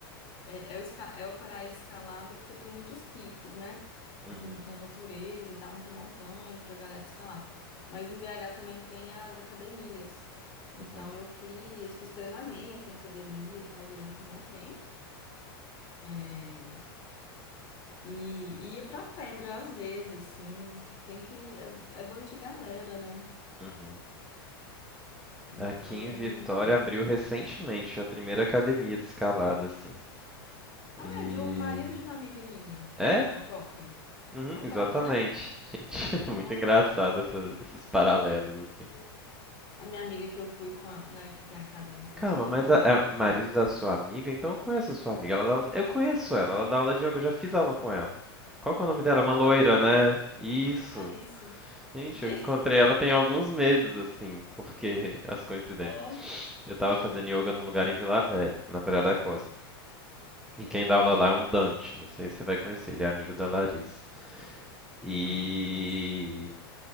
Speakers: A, on the left; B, in the centre.
A: É, é o, esca- é o paraíso escalada porque tem muitos picos, né?
B: Uhum,
A: Na natureza e tal, muita montanha pra galera escalar. Mas em BH também tem as academias. Então
B: uhum,
A: eu fiz, fiz treinamento em academia e tal durante um bom tempo. É, e e ia pra pedra às vezes, assim. Tem que. É, é bom ir de galera, né?
B: uhum.
A: Então
B: Aqui em
A: eu
B: Vitória
A: não.
B: abriu recentemente a primeira academia de escalada, assim.
A: Ah,
B: E...
A: é de um marido de uma amiga minha,
B: É?
A: a Toca.
B: Uhum,
A: A
B: exatamente.
A: Toca, né?
B: Gente, <laughs>
A: Aham,
B: muito engraçado essa- esses paralelos,
A: é. A minha amiga que eu fui com a, né, que tem a casa lá em Setiba,
B: Calma, mas a- é marido
A: É.
B: da sua amiga? Então eu conheço a sua amiga. Ela dá aula- eu conheço ela, ela dá aula de yoga, eu já fiz aula com ela. Qual que é o nome
A: da
B: dela? Uma loira,
A: Lari,
B: né? Isso.
A: Larissa,
B: Gente,
A: de...
B: eu encontrei ela tem alguns meses, assim, porque <laughs> as coincidências.
A: <laughs> Oh.
B: Eu tava fazendo yoga num lugar em Vila Velha, na Praia da Costa. E quem
A: Uhum.
B: dá aula lá é um Dante, não sei se você vai conhecer, ele é amigo da Larissa. E
A: Não, não conheço.